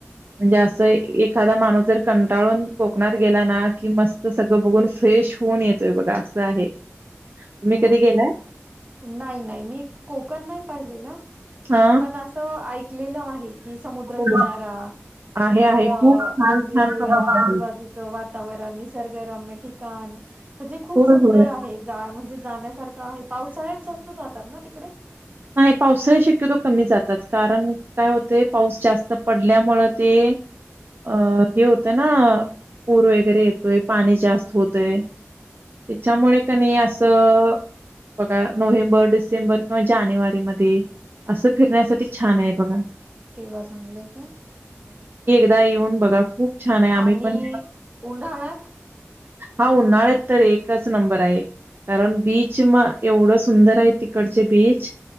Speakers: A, on the right; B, on the right.
A: म्हणजे असं एखादा माणूस जर कंटाळून कोकणात गेला ना कि मस्त सगळं बघून फ्रेश होऊन येतोय बघा असं आहे. तुम्ही
B: हो
A: कधी गेलाय
B: का, नाही नाही, मी कोकण नाही पाहिलेलं
A: हा
B: पण अस क आईक कलेलं आहे कि, समुद्रकिनारा
A: हो. आहे
B: तिथलं
A: आहे खूप छान
B: म्हणजे
A: छान
B: जे
A: समुद्र
B: आजूबाजूच
A: आहे
B: वातावरण सर्गरम्य ठिकाण म्हणजे खूप
A: होय
B: सुंदर
A: होय
B: आहे जा म्हण जाण्यासारखं आहे, पावसाळ्यात जास्त जातात ना तिकडे?
A: नाही पावसाळ्यात शक्यतो कमी जातात. कारण काय होतय पाऊस जास्त पडल्यामुळे ते अ हे होतं ना, पूर वगैरे येतोय, पाणी जास्त होतय, त्याच्यामुळे क नई असं बघा नोव्हेंबर डिसेंबर किंवा जानेवारी मधी असं फिरण्यासाठी छान आहे बघा.
B: तेव्हा चांगलंय का?
A: दा येऊन बघा. खूप छान आहे. आम्ही
B: आणि
A: पण
B: उन्हाळ्यात?
A: हा उन्हाळ्यात तर एकच नंबर आहे, कारण बीच म एवढं सुंदर आहे तिकडचे बीच ह